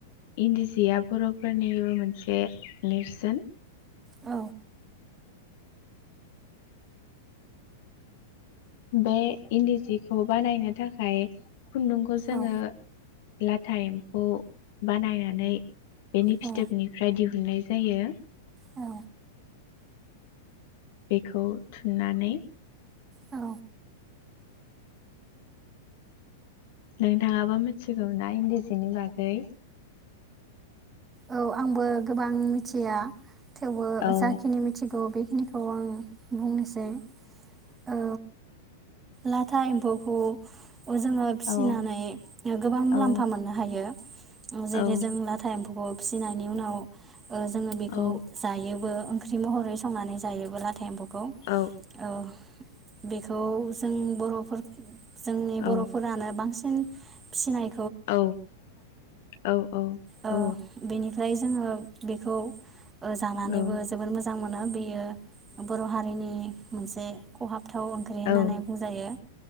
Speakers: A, on the left; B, on the right.
A: इन्दि जिया बर'फोरनिबो मोनसे नेर्सोन
B: औ
A: बे इन्दि जिखौ बानायनो थाखाय खुन्दुंखौ जोङो
B: औ
A: लाथा एम्फौ बानायनानै बेनि
B: औ
A: फिथोबनिफ्राय दिहुननाय जायो।
B: औ
A: बेखौ थुननानै
B: औ
A: नोंथाङाबो मिथिगौना इन्दि जिनि बागै?
B: औ आंबो गोबां मिथिया। थेवबो
A: औ
B: जाखिनि मिथिगौ बे बिखौ आं बुंनोसै ओ लाथा एम्फौखौ जोङो फिसिनानै
A: औ
B: गोबां मुलाम्फा
A: औ
B: मोननो हायो जेरै
A: औ
B: जों लाथा एम्फौ ख' फिसिनायनि उनाव जोङो बेखौ
A: औ
B: जायोबो ओंख्रि महरै संनानै जायोब्लाथाय एम्फौखौ
A: औ
B: औ बेखौ जों बर'फोर जोंनि
A: औ
B: बर'फोरानो बांसिन फिसिनाय
A: औ औ औ
B: ओ
A: औ
B: बेनिफ्राय जोङो बेखौ ओ जानानैबो
A: औ
B: जोबोर मोजां मोनो। बेयो बर' हारिनि मोनसे खहाब गोाबथाव ओंख्रि होननानै
A: औ
B: बुंजायो।